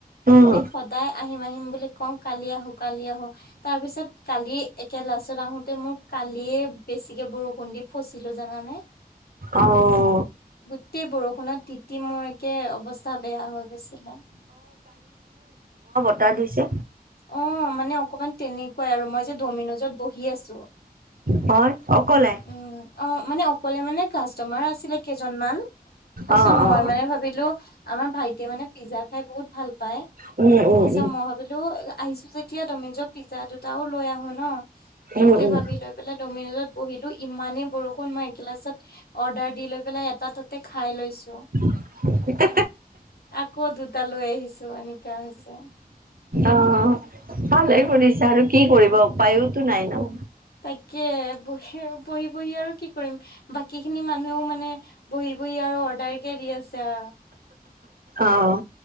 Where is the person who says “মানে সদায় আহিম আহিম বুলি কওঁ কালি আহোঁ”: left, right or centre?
Left